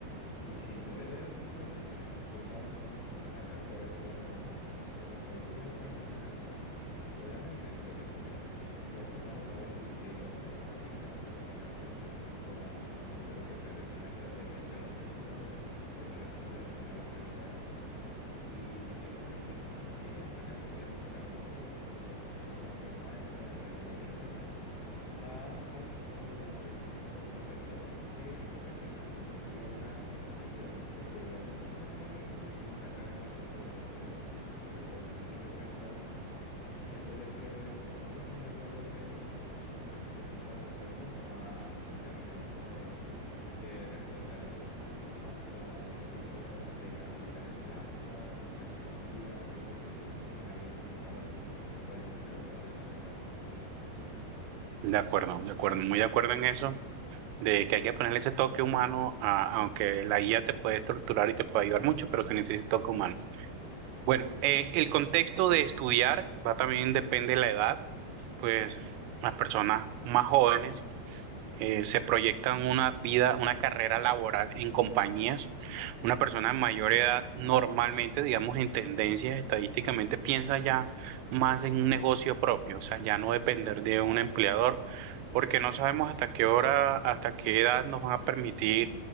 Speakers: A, on the left (about 70°); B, on the right (about 80°).
A: Y si tú eres un profesional, tú sabes cómo sa- sacar provecho de las herramientas, como cualquier persona en el mundo. Obviamente, es lo que tú me dices, sí, puede que un abogado utilice IAs para practicar lo que tenga que decir ante un jurado. Siento yo que pues es una estrategia excelente porque pues es una simulación a lo que es real. Y siento yo que más que van a cambiar los trabajos o pues la forma de, de aprender y enseñar, va a, s- a sobrevaler por sobre todo es que profesionales logran entender de que la IA es una herramienta y sacar el mayor provecho de ella. Porque pues al fin de cuentas, siento yo que por más de que una IA logre pues ese tipo de respuestas, no va a terminar como de de reemplazar a los humanos en cuanto a ese tipo de, de habilidades blandas, la empatía, cosas que pues una IA nunca va a poder lograr desarrollar, pienso yo.
B: De acuerdo, de acuerdo, muy de acuerdo en eso, de que hay que ponerle ese toque humano, a- aunque la guía te puede estructurar y te puede ayudar mucho, pero se necesita toque humano. Bueno, eh, el contexto de estudiar va también depende de la edad, pues las personas más jóvenes eh, se proyectan una vida, una carrera laboral en compañías. Una persona de mayor edad normalmente, digamos, en tendencias estadísticamente piensa ya más en un negocio propio, o sea, ya no depender de un empleador, porque no sabemos hasta qué hora, hasta qué edad nos van a permitir,